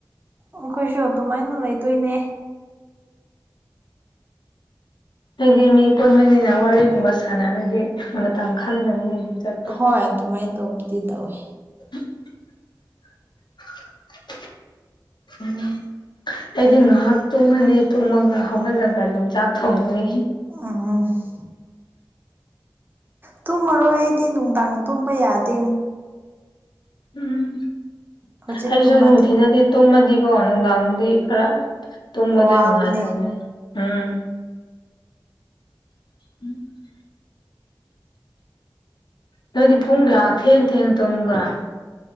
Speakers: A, on the right; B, on the left.
A: ꯑꯩꯈꯣꯏꯁꯨ ꯑꯗꯨꯃꯥꯏꯅ ꯂꯩꯗꯣꯏꯅꯦ
B: ꯑꯩꯗꯤ ꯃꯤ ꯄꯨꯟꯕꯅꯤꯅ ꯋꯥꯔꯤꯒꯨꯝꯕ ꯁꯥꯟꯅꯔꯗꯤ ꯃꯇꯝ ꯈꯪꯗꯕꯅꯤ ꯆꯠꯄ
A: ꯍꯣꯏ ꯑꯗꯨꯃꯥꯏꯟ ꯇꯧꯕꯗꯤ ꯇꯧꯋꯦ
B: <inaudible> ꯎꯝ ꯑꯩꯗꯤ ꯉꯥꯍꯥꯛ ꯇꯨꯝꯃꯅꯤ ꯇꯨꯝꯃꯒ ꯍꯧꯒꯠꯂꯒ ꯑꯗꯨꯝ ꯆꯥꯛ ꯊꯣꯡꯅꯤ
A: <unintelligible> ꯇꯨꯝꯃꯔꯣꯏ ꯑꯩꯗꯤ ꯅꯨꯡꯗꯥꯡ ꯇꯨꯝꯕ ꯌꯥꯗꯦ
B: ꯎꯝ
A: ꯍꯧꯖꯤꯛ
B: ꯑꯩꯁꯨ
A: ꯇꯨꯝꯃꯗꯤ
B: ꯅꯨꯡꯊꯤꯟꯗꯗꯤ ꯇꯨꯝꯃꯗꯤꯀꯣ ꯅꯨꯡꯗꯥꯡꯗꯤ ꯈꯔ ꯇꯨꯝꯕꯗ
A: ꯋꯥꯕꯅꯦ
B: ꯅꯨꯡꯉꯥꯏꯇꯧꯕꯅꯤ ꯎꯝ <unintelligible> ꯅꯣꯏꯗꯤ ꯄꯨꯡ ꯀꯌꯥ ꯊꯦꯡ ꯊꯦꯡ ꯇꯨꯝꯕ꯭ꯔꯥ